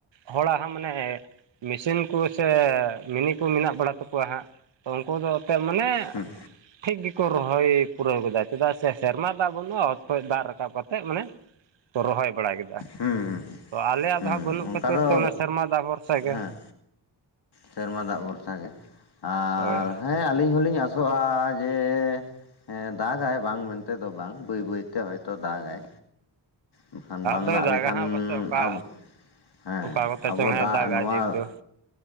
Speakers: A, on the right; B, on the left.
A: ᱦᱚᱲᱟᱜ ᱦᱚᱸ ᱢᱟᱱᱮ ᱢᱤᱥᱤᱱ ᱠᱚ ᱥᱮ ᱢᱤᱱᱤ ᱠᱚ ᱢᱮᱱᱟᱜ ᱵᱟᱲᱟ ᱛᱟᱠᱚᱣᱟ ᱦᱟᱸᱜ ᱩᱱᱠᱩ ᱫᱚ ᱚᱛᱮ ᱢᱟᱱᱮ
B: ᱦᱩᱸ
A: ᱴᱷᱤᱠ ᱜᱮᱠᱚ ᱨᱚᱦᱚᱭ ᱯᱩᱨᱟᱹᱣ ᱠᱮᱫᱟ ᱪᱮᱫᱟᱜ ᱥᱮ ᱥᱮᱨᱢᱟ ᱫᱟᱜ ᱵᱟᱹᱱᱩᱜᱼᱟ ᱚᱛ ᱠᱷᱚᱡ ᱫᱟᱜ ᱨᱟᱠᱟᱵ ᱠᱟᱛᱮᱫ ᱢᱟᱱᱮ ᱨᱚᱦᱚᱭ ᱵᱟᱲᱟ ᱠᱮᱫᱟ
B: ᱦᱩᱸ ᱦᱩᱸ ᱦᱩᱸ
A: ᱛᱚ ᱟᱞᱮᱭᱟᱜ ᱫᱚ ᱦᱟᱸᱜ ᱵᱟᱹᱱᱩᱜ
B: ᱚᱱᱠᱟ
A: ᱠᱷᱟᱹᱛᱤᱨ
B: ᱫᱚ
A: ᱛᱮ ᱚᱱᱟ ᱥᱮᱨᱢᱟ ᱫᱟᱜ ᱵᱷᱚᱨᱥᱟ
B: ᱦᱮᱸ
A: ᱜᱮ
B: ᱥᱮᱨᱢᱟ ᱫᱟᱜ ᱵᱷᱚᱨᱥᱟᱜᱮ ᱟᱨ
A: ᱦᱳᱭ
B: ᱦᱮᱸ ᱟᱹᱞᱤᱧ ᱦᱚᱞᱤᱧ ᱟᱥᱚᱜᱼᱟ ᱡᱮ ᱦᱮᱸ ᱫᱟᱜᱟᱭ ᱵᱟᱝ ᱢᱮᱱᱛᱮ ᱫᱚ ᱵᱟᱝ ᱵᱟᱹᱭ ᱵᱟᱹᱭᱛᱮ ᱦᱚᱭᱛᱚ ᱫᱟᱜᱟᱭ ᱵᱟᱠᱷᱟᱱ ᱵᱟᱝ
A: ᱫᱚᱭ
B: ᱫᱟᱜ
A: ᱫᱟᱜᱟ
B: ᱞᱮᱠᱷᱟᱱ
A: ᱦᱟᱸᱜ ᱯᱟᱥᱮᱡ ᱚᱠᱟ
B: ᱟᱵᱚ ᱦᱮᱸ
A: ᱚᱠᱟ ᱠᱚᱛᱮ
B: ᱟᱵᱚ
A: ᱪᱚᱝ ᱦᱟᱸᱜ
B: ᱫᱟᱜ
A: ᱫᱟᱜᱟ
B: ᱱᱚᱣᱟ
A: ᱡᱮᱦᱮᱛᱩ